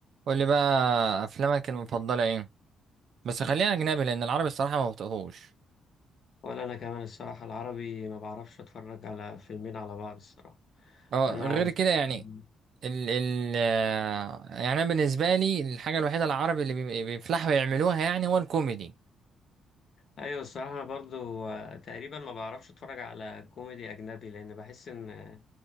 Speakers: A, on the right; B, on the left.
A: قول لي بقى افلامك المفضله ايه بس خلينا اجنبي لان العربي الصراحه ما بطقهوش
B: ولا انا كمان الصراحه العربي ما بعرفش اتفرج على فيلمين على بعض الصراحه
A: اه
B: انا
A: غير
B: الفيلم
A: كده يعني ال ال آه، يعني انا بالنسبه لي الحاجه الوحيده العربي اللي بي- بيفلحوا يعملوها يعني هو الكوميدي
B: ايوه الصراحه انا برضو آه، تقريبا ما بعرفش اتفرج على كوميدي اجنبي لان بحس ان آه،